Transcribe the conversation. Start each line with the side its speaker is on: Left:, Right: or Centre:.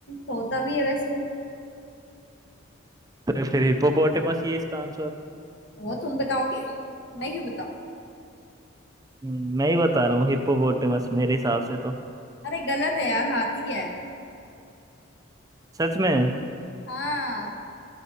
Left: होता भी है वैसे वो
Right: तो फिर हिप्पोपोटेमस ही है इसका आंसर
Left: वो तुम बताओगे मैं क्यों बताऊं
Right: हम्म, मैं ही बता रहा हूँ हिप्पोपोटेमस मेरे हिसाब से तो
Left: अरे गलत है यार हाथी है
Right: सच में
Left: हाँ